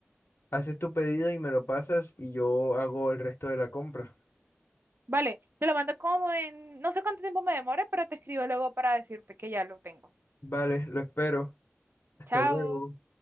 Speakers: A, on the left; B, on the right.
A: haces tu pedido y me lo pasas y yo hago el resto de la compra.
B: Vale, te lo mando como en... No sé cuánto tiempo me demore, pero te escribo luego para decirte que ya lo tengo.
A: Vale, lo espero. Hasta
B: Chao.
A: luego.